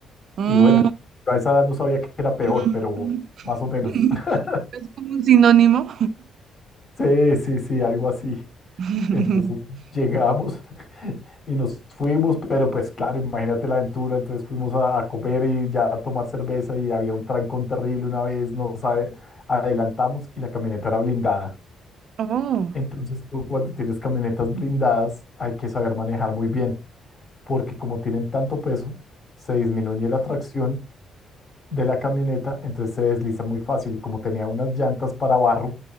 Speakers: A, on the right; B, on the left.
A: Mm,
B: Y bueno, yo a esa edad no sabía que era peor,
A: mm,
B: pero más o menos.
A: mm. <laughs>
B: <laughs>
A: Es como un sinónimo.
B: Sí, sí, sí, algo así.
A: <laughs>
B: Entonces llegamos <laughs> y nos fuimos, pero pues claro, imagínate la aventura. Entonces fuimos a, a comer y ya a tomar cerveza y había un trancón terrible una vez, nos a- adelantamos y la camioneta era blindada.
A: Oh,
B: Entonces tú cuando tienes camionetas blindadas hay que saber manejar muy bien, porque como tienen tanto peso, se disminuye la tracción de la camioneta, entonces se desliza muy fácil. Y como tenía unas llantas para barro,